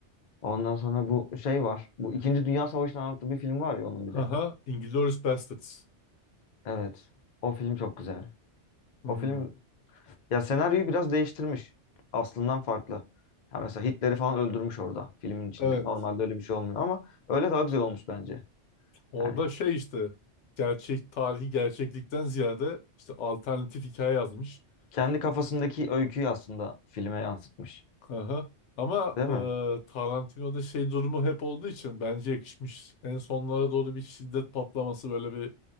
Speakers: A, on the left; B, on the left.
A: Ondan sonra bu şey var. Bu İkinci Dünya Savaşı'nı anlattığı bir film var ya onun bir
B: aha,
A: de.
B: Inglourious Basterds.
A: Evet. O film çok güzel.
B: Hmm,
A: O film ya senaryoyu biraz değiştirmiş. Aslından farklı. Ya mesela Hitler'i falan öldürmüş orada filmin içinde.
B: evet.
A: Normalde öyle bir şey olmuyor ama öyle daha güzel olmuş bence.
B: Orada
A: Yani
B: şey işte gerçek tarihi gerçeklikten ziyade işte alternatif hikaye yazmış.
A: kendi kafasındaki öyküyü aslında filme yansıtmış.
B: Aha. Ama
A: Değil mi?
B: e, Tarantino'da şey durumu hep olduğu için bence yakışmış. En sonlara doğru bir şiddet patlaması böyle bir